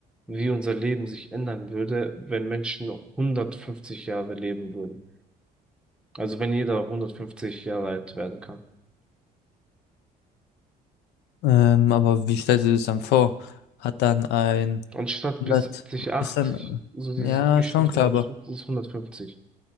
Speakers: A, in the centre; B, on the left (about 85°).
A: wie unser Leben sich ändern würde, wenn Menschen 150 Jahre leben würden. Also wenn jeder 150 Jahre alt werden kann.
B: Ähm, aber wie stellst du dir das dann vor? Hat dann ein
A: Anstatt
B: 100,
A: bis 70, 80,
B: ist dann,
A: so dieses
B: ja,
A: Durchschnitt,
B: schon klar,
A: wo man
B: aber
A: schützt, ist 150.